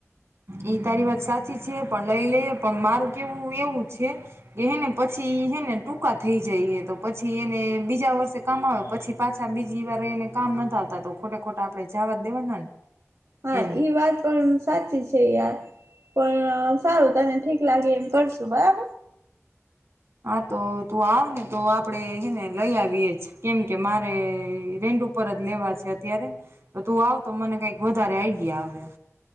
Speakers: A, on the right (about 60°); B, on the right (about 80°).
A: એઈ તારી વાત સાચી છે પણ લઈ લેયે પણ મારું કેવું એવું છે કે હે ને પછી હે ને ટૂંકા થઈ જાય હે તો પછી એને બીજા વર્ષે કામ આવે પછી પાછા બીજી વાર એને કામ નથ આવતા તો ખોટે ખોટા આપણે જાવા જ દેવાના ને
B: હા
A: એમ
B: ઈ વાત પણ સાચી છે યાર પણ સારું તને ઠીક લાગે એમ કરશું બરાબર?
A: હા તો તું આવ ને તો આપડે હેને લઈ આવીયે જ કેમ કે મારે ર ઉપર જ લેવા છે અત્યારે તો તું આવતો મને કક વધારે આઈડિયા આવે